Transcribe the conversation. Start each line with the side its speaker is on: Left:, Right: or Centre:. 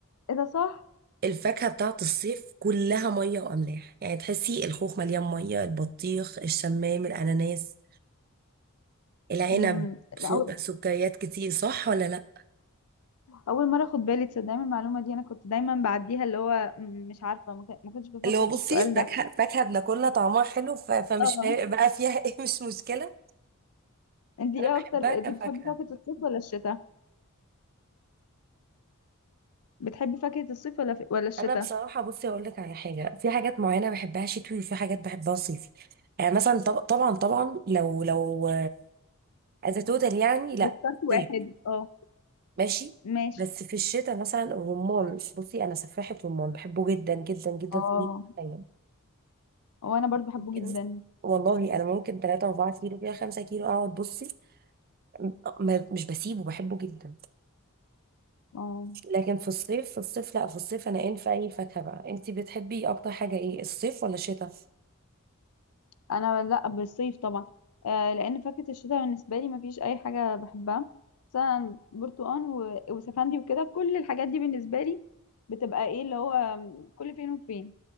Left: ايه ده صح
Right: الفاكهة بتاعت الصيف كلها مية واملاح يعني تحسي الخوخ مليان مية البطيخ الشمام الاناناس العنب
Left: امم
Right: سو-
Left: اول
Right: سكريات كتير صح ولا لا
Left: اول مره اخد بالي تصدق من المعلومه دي انا كنت دايما بعديها اللي هو مم، مش عارفه ما كن- ما كنتش بفكر
Right: اللي هو بصي
Left: في السؤال
Right: فاكهة
Left: ده
Right: فاكهة بناكلها طعمها حلو ف- فمش
Left: اه
Right: فارق بقى فيها <laughs> ايه مش مشكلة
Left: انت ايه
Right: انا بحبها
Left: اكتر انت
Right: كفاكهه
Left: بتحبي فاكهه الصيف ولا الشتاء بتحبي فاكهه الصيف ولا ف... ولا الشتاء
Right: انا بصراحه بصي اقول لك على حاجه في حاجات معينه بحبها شتوي وفي حاجات بحبها صيفي يعني مثلا طب... طبعا طبعا لو لو از توتال يعني لا
Left: لو اخترت واحد
Right: صيف
Left: اه
Right: ماشي
Left: ماشي
Right: بس في الشتاء مثلا الرمان بصي انا سفاحه رمان بحبه جدا جدا جدا
Left: اه
Right: في أي أيام.
Left: وانا برضو بحبه
Right: يمكن
Left: جدا
Right: والله انا ممكن 3 4 كيلو فيها 5 كيلو اقعد بصي م- ما- مش بسيبه بحبه جدا
Left: اه
Right: لكن في الصيف في الصيف لا في الصيف انا ان في اي فاكهه بقى انتي بتحبي اكتر حاجه ايه الصيف ولا الشتاء
Left: انا لا بالصيف طبعا آه لان فاكهه الشتاء بالنسبه لي ما فيش اي حاجه بحبها مثلا برتقان و- وسفندي وكده كل الحاجات دي بالنسبه لي بتبقى ايه اللي هو كل فين وفين